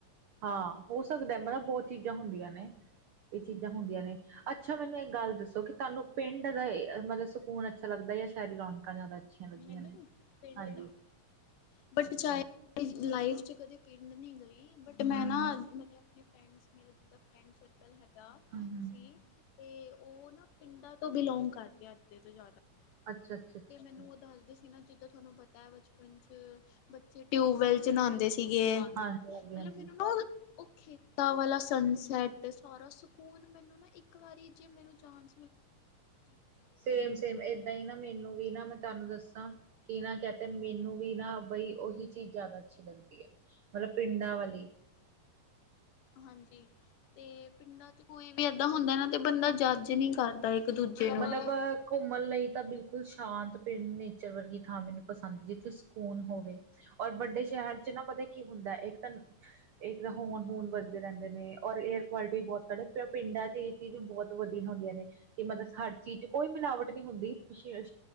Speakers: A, on the right; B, on the left.
A: ਹਾਂ ਹੋ ਸਕਦਾ ਮਤਲਬ ਬਹੁਤ ਚੀਜ਼ਾਂ ਹੁੰਦੀਆਂ ਨੇ। ਇਹ ਚੀਜ਼ਾਂ ਹੁੰਦੀਆਂ ਨੇ ਅੱਛਾ ਮੈਨੂੰ ਇਕ ਗੱਲ ਦੱਸੋ, ਕਿ ਤੁਹਾਨੂੰ ਪਿੰਡ ਗਏ ਮਤਲਬ ਫੂਨ ਅੱਛ ਲੱਗਦਾ ਹੈ ਸ਼ਰੀ ਰੌਕ ਜ਼ਿਆਦਾ ਅੱਛੀਆਂ ਲੱਗਦੀਆਂ
B: ਮੈਨੂੰ
A: ਨੇ
B: ਪਿੰਡ
A: ਹਾਂਜੀ
B: ਦਾ, ਬਟ ਚਾਏ
A: ਅੱਛਾ।
B: ਲਾਈਫ ਚ ਕਦੇ ਪਿੰਡ ਨਹੀਂ ਗਈ ਬਟ ਮੈਂ
A: ਹੂੰ
B: ਨਾ
A: ਹੂੰ।
B: ਮਤਲਬ ਆਪਣੇ ਫਰੈਂਡ <unintelligible> ਫਰੈਂਡ ਸਰਕਲ ਹੈਗਾ
A: ਹੂੰ ਹੂੰ।
B: ਸੀ ਤੇ ਉਹ ਨਾ ਪਿੰਡਾਂ ਤੋਂ ਬਿਲੋਂਗ ਕਰਦੇ ਅੱਧੇ ਤੋਂ ਜ਼ਿਆਦਾ
A: ਅੱਛਾ ਅੱਛਾ ਅੱਛਾ
B: ਤੇ ਮੈਨੂੰ
A: ਅੱਛਾ
B: ਉਹ ਦੱਸਦੇ ਸੀ ਨਾ ਜਿੱਦਾਂ ਤੁਹਾਨੂੰ ਪਤਾ ਹੈ ਬੱਚਪਨ ਚ ਬੱਚੇ ਟਿਊਬਵੈਲ ਚ ਨਹਾਉਂਦੇ ਸੀਗੇ ਮੱਤਲਬ
A: ਹਾਂਜੀ ਹਾਂਜੀ ਹਾਂਜੀ
B: ਮੈਨੂੰ ਨਾ ਉਹ ਖੇਤਾਂ ਵਾਲਾ ਸਨਸੈਟ ਸਾਰਾ ਸਕੂਨ ਮੈਨੂੰ ਨਾ ਇੱਕ ਵਾਰੀ ਜੇ ਮੈਨੂੰ ਜਾਣ
A: ਸੇਮ ਸੇਮ ਏਦਾਂ ਈ ਨਾ ਮੈਨੂੰ ਵੀ ਨਾ ਮੈਂ ਤੁਹਾਨੂੰ ਦੱਸਾਂ ਕਿਨਾ ਕਹਿ ਤੇ ਮੈਨੂੰ ਵੀ ਨਾ ਬਈ ਉਹੀ ਚੀਜ਼ ਜ਼ਿਆਦਾ ਅੱਛੀ ਲੱਗਦੀ ਐ ਮੱਤਲਬ ਪਿੰਡਾਂ ਵਾਲੀ
B: ਹਾਂਜੀ ਤੇ ਪਿੰਡਾਂ ਚ ਕੋਈ ਵੀ ਏਦਾਂ ਹੁੰਦਾ ਨਾ ਤੇ ਬੰਦਾ ਜੱਜ ਨਹੀਂ ਕਰਦਾ ਦੂਜੇ ਨੂੰ
A: ਮੱਤਲਬ ਘੁੰਮਣ ਲਈ ਤਾਂ ਬਿਲਕੁਲ ਸ਼ਾਂਤ ਪਿੰਡ ਨੇਚਰ ਵਰਗੀ ਥਾਂ ਮੈਨੂੰ ਪਸੰਦ ਜਿੱਥੇ ਸਕੂਨ ਹੋਵੇ ਔਰ ਵੱਡੇ ਸ਼ਹਿਰ ਚ ਨਾ ਪਤਾ ਕੀ ਹੁੰਦਾ ਇੱਕ ਤਾਂ ਇੱਕ ਤਾਂ ਹੋਰਣ ਹੂਰਣ ਵਜਦੇ ਰਹਿੰਦੇ ਨੇ ਔਰ ਏਅਰ ਕੁਆਲਿਟੀ ਵੀ ਬਹੁੱਤ ਘੱਟ ਹੈ ਪਿੰਡਾਂ ਚ ਈ ਚੀਜ਼ ਬਹੁਤ ਵਧੀਆ ਹੁੰਦੀਆਂ ਨੇ ਕਿ ਮੱਤਲਬ ਹਰ ਚੀਜ਼ ਚ ਕੋਈ ਮਿਲਾਵਟ ਨਹੀਂ ਹੁੰਦੀ ਸ਼ਹਿਰ